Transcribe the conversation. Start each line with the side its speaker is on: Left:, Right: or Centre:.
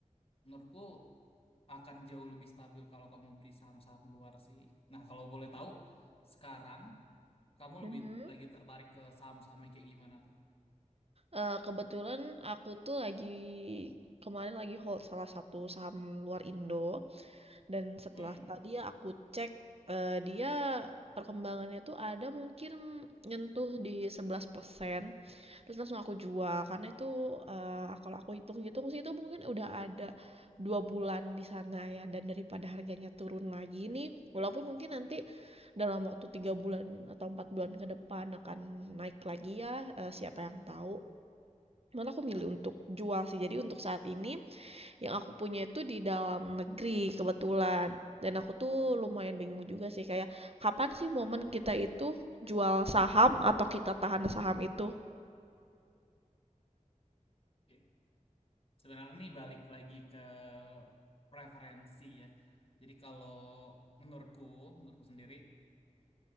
Left: menurutku akan jauh lebih stabil kalau kamu beli saham-saham luar sih. Nah, kalau boleh tahu, sekarang kamu
Right: mhm.
Left: lebih lagi tertarik ke saham-saham yang kayak gimana tuh?
Right: Eee, kebetulan aku tuh lagi kemarin lagi hold salah satu saham luar Indo. Dan setelah
Left: Hmm.
Right: tadi yang aku cek, eh, dia perkembangannya tuh ada mungkin nyentuh di 11% terus langsung aku jual. Karena itu eh, kalau aku hitung-hitung sih itu mungkin udah ada dua bulan di sana ya. Dan daripada harganya turun lagi nih, walaupun mungkin nanti dalam waktu tiga bulan atau empat bulan ke depan akan naik lagi ya, eh, siapa yang tahu. Cuman aku milih untuk jual sih. Jadi untuk saat ini yang aku punya itu di dalam negeri kebetulan. Dan aku tuh lumayan bingung juga sih kayak kapan sih momen kita itu jual saham atau kita tahan saham itu?
Left: Oke. Sebenarnya ini balik lagi ke preferensi ya. Jadi kalau menurutku, menurutku sendiri,